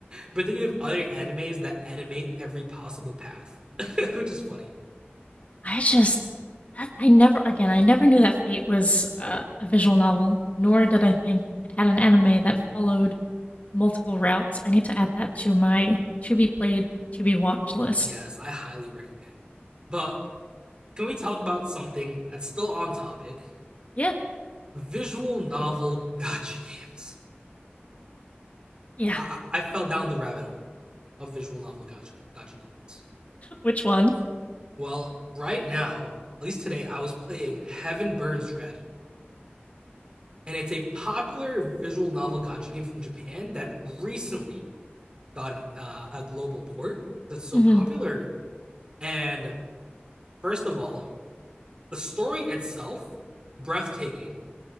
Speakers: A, on the right (about 25°); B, on the left (about 40°).
A: but then you have other animes that animate every possible path, <laughs> which is funny.
B: I just that I never again I never knew that Fate was uh, a visual novel, nor did I think it had an anime that followed multiple routes. I need to add that to my to be played to be watched list.
A: Yes, I highly recommend. But can we talk about something that's still on topic?
B: Yeah,
A: Visual novel gotcha games.
B: yeah.
A: I, I fell down the rabbit hole of visual novel gotcha gotcha games.
B: <laughs> Which ones?
A: Well, right now, at least today, I was playing Heaven Burns Red, and it's a popular visual novel gotcha game from Japan that recently got an, uh, a global port that's so
B: hmm
A: popular. And first of all, the story itself breathtaking,